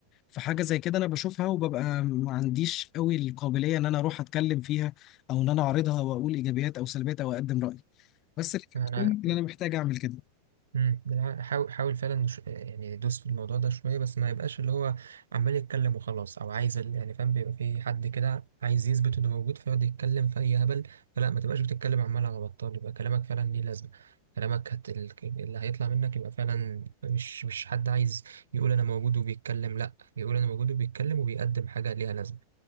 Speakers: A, on the left; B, on the right.
A: فحاجة زي كده أنا بشوفها وببقى ما عنديش قوي القابلية إن أنا أروح أتكلم فيها أو إن أنا أعرضها وأقول إيجابيات أو سلبيات أو أقدم رأيي بس اللي
B: انا
A: بتقول إن أنا محتاج أعمل كده
B: مم، بالع- حاول حاول فعلا ش- يعني دوس في الموضوع ده شويه بس ما يبقاش اللي هو عمال يتكلم وخلاص او عايز ال- يعني فاهم بيبقى في حد كده عايز يثبت انه موجود فيقعد يتكلم في اي هبل فلا ما تبقاش بتتكلم عمال على بطال يبقى كلامك فعلا ليه لازمه كلامك هت... ال- اللي هيطلع منك يبقى فعلا مش مش حد عايز يقول انا موجود وبيتكلم لا يقول انا موجود وبيتكلم وبيقدم حاجه ليها لازمه